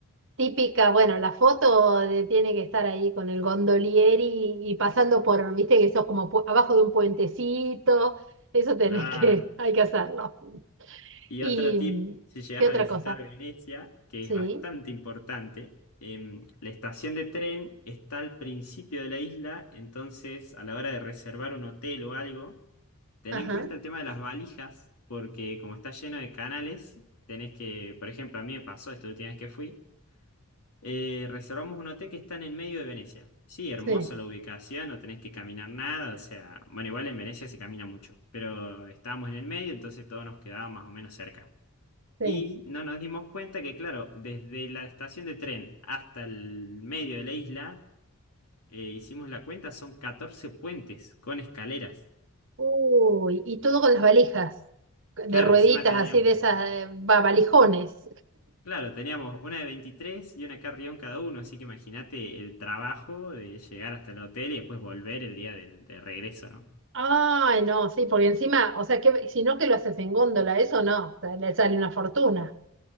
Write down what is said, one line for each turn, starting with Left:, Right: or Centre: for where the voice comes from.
Right: típica, bueno, la foto de- tiene que estar ahí con el gondolieri y, y pasando por, viste que sos como pu- abajo de un puentecito, eso tenés
Left: Claro.
Right: que, <laughs> hay que hacerlo.
Left: Y
Right: ¿Y
Left: otro tip,
Right: mm,
Left: si llegas
Right: qué
Left: a
Right: otra
Left: visitar
Right: cosa?
Left: Venecia, que
Right: Sí,
Left: es bastante importante, em, la estación de tren está al principio de la isla, entonces a la hora de reservar un hotel o algo, ten
Right: ajá,
Left: en cuenta el tema de las valijas, porque como está lleno de canales, tenés que, por ejemplo, a mí me pasó esta última vez que fui, eh, reservamos un hotel que está en el medio de Venecia. Sí, hermoso
Right: sí,
Left: la ubicación, no tenés que caminar nada, o sea, bueno, igual en Venecia se camina mucho, pero estábamos en el medio, entonces todo nos quedaba más o menos cerca.
Right: sí.
Left: Y no nos dimos cuenta que, claro, desde la estación de tren hasta el medio de la isla, eh, hicimos la cuenta, son 14 puentes con escaleras.
Right: Uy, y todo con las valijas, de
Left: Claro,
Right: rueditas
Left: encima teníamos,
Right: así, de esas, eh, va- valijones.
Left: claro, teníamos una de 23 y una carrión cada uno, así que imagínate el trabajo de llegar hasta el hotel y después volver el día del, de regreso, ¿no?
Right: Ay, no, sí, porque encima, o sea, que si no que lo haces en góndola, eso no, o sea, le sale una fortuna.